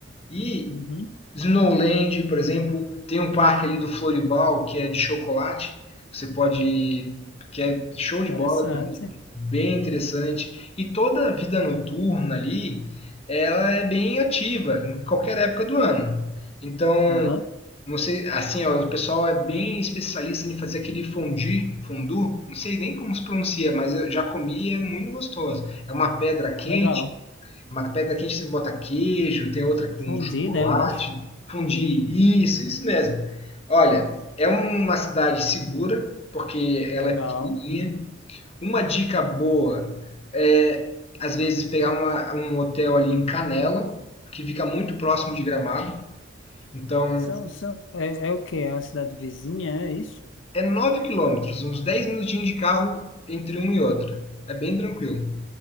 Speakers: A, on the left; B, on the left.
A: E
B: Uhum.
A: Snowland, por exemplo, tem um parque ali do Floribal que é de chocolate. Você pode, que é show de
B: Interessante.
A: bola também, bem interessante. E toda a vida noturna ali, ela é bem ativa em qualquer época do ano. Então,
B: Aham.
A: não sei, assim, ó, o pessoal é bem especialista em fazer aquele fondue, fondue, não sei nem como se pronuncia, mas eu já comi e é muito gostoso. É uma pedra quente
B: Legal.
A: uma pedra quente você bota queijo, tem outra com
B: Fundi,
A: chocolate,
B: né? Eu acho.
A: fundir, isso, isso mesmo. Olha, é uma cidade segura, porque ela
B: Legal.
A: é pequenininha. Uma dica boa é, às vezes, pegar uma- um hotel ali em Canela, que fica muito próximo de Gramado. Então,
B: São, são, é, é o quê? É uma cidade vizinha, é isso?
A: é 9 quilômetros, uns 10 minutinhos de carro entre uma e outra. É bem tranquilo.